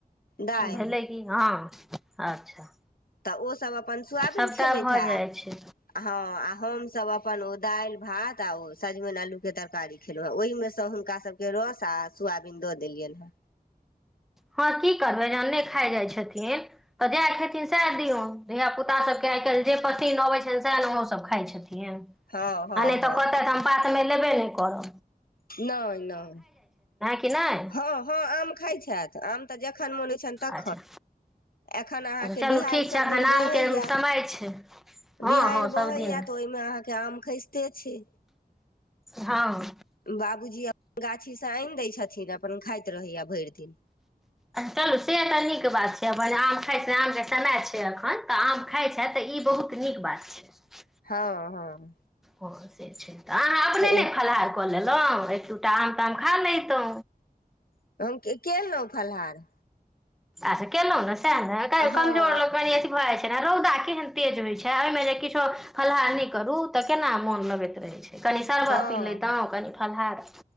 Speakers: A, on the left (about 65°); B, in the centre.
A: दालि
B: भेलै किी हँ अच्छा
A: तऽ ओसभ अपन सोयाबीन
B: सभटा
A: खेलैत
B: भऽ
A: हे
B: जाइ छै
A: हँ आ हमसभ अपन ओ दालि भात आ ओ सजमनि आलूके तरकारी खेलहुँ हेँ ओहिमे सँ हुनका सभके रस आ सोयाबीन दऽ देलियनि हेँ।
B: हँ की करबै जहन नै खाय जाय छथिन तऽ जएह खेथिन सएह दियौन। धिया पुता सबके आइ काल्हि जे पत्ती नवई छैन सह ने ओहोसभ खाइ छथिन। आ
A: हँ हँ
B: नहि
A: हँ
B: तऽ
A: हँ
B: कहतै हम प त लेब नहि कर
A: नहि नहि
B: कि नहि
A: हँ हँ आम खााय छथि आम तऽ जखन मोन--ं <unintelligible> त
B: अच्छा
A: एखन अहाँके
B: अच्छा चलू
A: बिहाड़ि
B: ठीक छै
A: सभ
B: एखन
A: दिन
B: आमके
A: बहैय
B: समय छै हँ
A: बिहाड़ि
B: हँ
A: बहैय
B: सभदिन
A: तऽ ओहिमे अहाँके आम खसिते छै।
B: हँ।
A: बाबूजी अपन गाछीसँ आनि दै छथिन अपन खाइत रहैय ये भरि दिन।
B: चलू सेत नीक बात छै अपन आम नामजै समय छिय आँख हन तऽ आम खाइ छैथ तऽ ई बहुत नीक बात छै।
A: हँ हँ।
B: ओ से छै। तऽ अहाँ अपने
A: तऽ
B: नै फलाहार कल। लेलौ एक दुटा आम ताम खा लौतौ।
A: हम के। <unintelligible> फलहार।
B: आसे केलाऊनासे तै न तैयो
A: हँ
B: कमजोर लग कनी अथि भए जाय छै। ऐना रौदा केहन तेज होइ छै ओहिमे जे किछो फल्हार नै करू तऽ केना मोन लगैत रहै छै। कनि शरबत
A: हँ
B: पी लैतौ कनि। फलहार।